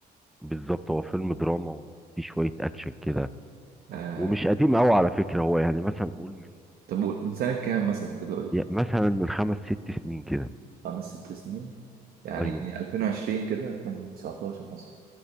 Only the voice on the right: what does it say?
آه،
طب قول- من سنه كام مثلا كده قول لي
خمس ست سنين يعني
2020 كده 2019 مثلا